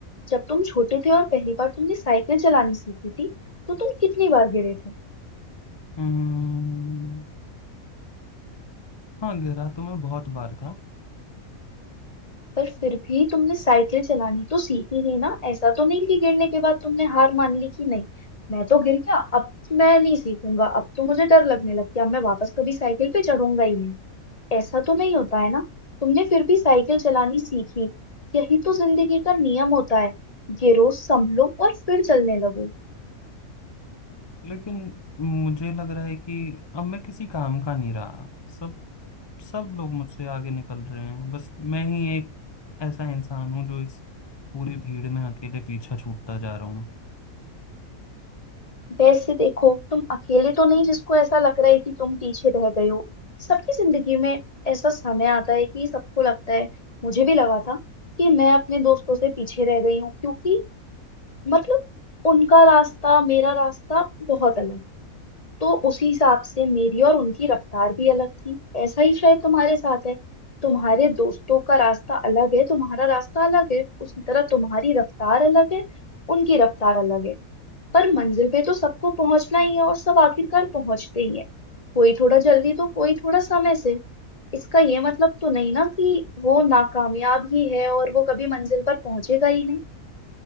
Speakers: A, on the left; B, on the left.
A: जब तुम छोटे थे और पहली बार तुमने साइकिल चलानी सीखी थी तो तुम कितनी बार गिरे थे
B: हम्म हाँ गहरा तो मैं बहुत बार था
A: पर फिर भी तुमने साइकिल चलानी तो सीखी ही ना ऐसा तो नहीं कि गिरने के बाद तुमने हार मान ली कि नहीं मैं तो गिर गया अब मैं नहीं सीखूंगा अब तो मुझे डर लगने लग गया अब मैं वापस कभी साइकिल पे चढ़ूंगा ही नहीं ऐसा तो नहीं होता है ना तुमने फिर भी साइकिल चलानी सीखी यही तो जिंदगी का नियम होता है गिरो संभलो और फिर चलने लगो
B: लेकिन मुझे लग रहा है कि अब मैं किसी काम का नहीं रहा सब सब लोग मुझसे आगे निकल रहे हैं बस मैं ही एक ऐसा इंसान हूँ जो इस पूरी भीड़ में अकेले पीछा छूटता जा रहा हूँ
A: वैसे देखो तुम अकेले तो नहीं जिसको ऐसा लग रहा है कि तुम पीछे रह गए हो सबकी जिंदगी में ऐसा समय आता है कि सबको लगता है मुझे भी लगा था कि मैं अपने दोस्तों से पीछे रह गई हूँ क्योंकि मतलब उनका रास्ता मेरा रास्ता बहुत अलग है तो उसी हिसाब से मेरी और उनकी रफ्तार भी अलग थी ऐसा ही शायद तुम्हारे साथ है तुम्हारे दोस्तों का रास्ता अलग है तुम्हारा रास्ता अलग है उसी तरह तुम्हारी रफ्तार अलग है उनकी रफ्तार अलग है पर मंजिल पे तो सबको पहुंचना ही है और सब आखिरकार पहुंचते ही है कोई थोड़ा जल्दी तो कोई थोड़ा समय से इसका ये मतलब तो नहीं ना कि वो नाकामयाब ही है और वो कभी मंजिल पर पहुंचेगा ही नहीं